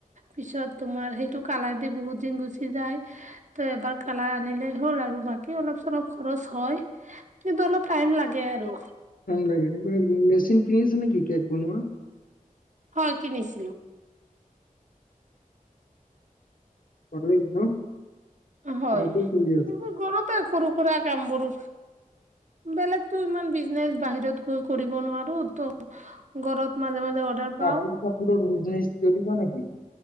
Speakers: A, on the right; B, on the left.
A: পিছত তোমাৰ সেইটো কালাৰ দি বহুত দিন গুচি যায় ত' এবাৰ কালাৰ আনিলে হ'ল আৰু বাকী অলপ-চলপ খৰচ হয় কিন্তু অলপ টাইম লাগে আৰু
B: লাগে মে মেচিন কিনি আছে নেকি কেক বনোৱা
A: হয় কিনিছিলো।
B: বয়লিং ন'
A: হয়
B: ঘৰতে চলি আছে।
A: এইবোৰ ঘৰতে সৰু-সুৰা কামবোৰো বেলেগটো ইমান বিজনেচ বাহিৰত গৈ কৰিব নোৱাৰো ত' ঘৰত মাজে মাজে অৰ্ডাৰ পাও
B: কাপোৰ-চাপোৰৰ বিজনেচ কৰিবা নেকি?